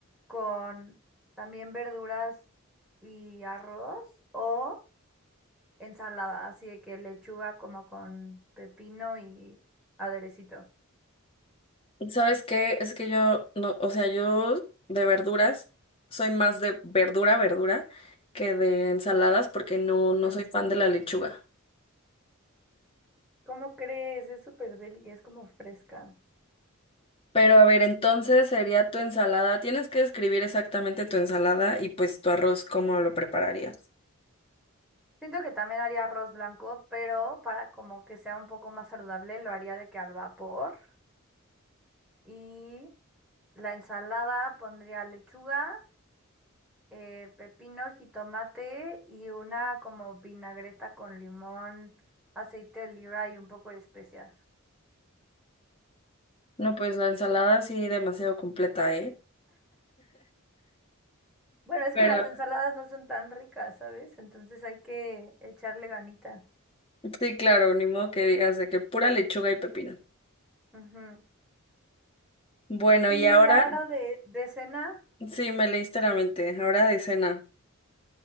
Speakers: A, in the centre; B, on the left.
A: con también verduras y arroz o ensalada, así de que lechuga como con pepino y aderecito.
B: ¿Sabes qué? Es que yo no, o sea, yo de verduras soy más de verdura, verdura que de ensaladas porque no no
A: Mm,
B: soy fan de la lechuga.
A: ¿Cómo crees? Es súper deli, es como fresca.
B: Pero a ver, entonces sería tu ensalada. Tienes que describir exactamente tu ensalada y pues tu arroz, ¿cómo lo prepararías?
A: Siento que también haría arroz blanco, pero para como que sea un poco más saludable, lo haría de que al vapor. Y la ensalada pondría lechuga, eh, pepino, jitomate y una como vinagreta con limón, aceite de oliva y un poco de especias.
B: No, pues la ensalada sí demasiado completa, ¿eh?
A: Bueno, es
B: Pero
A: que las ensaladas no son tan ricas, ¿sabes? Entonces hay que echarle ganitas.
B: sí, claro, ni modo que digas de que pura lechuga y pepino.
A: Ujú.
B: Bueno,
A: Y
B: y ahora
A: ahora de, de cena,
B: sí me leíste la mente. Ahora de cena.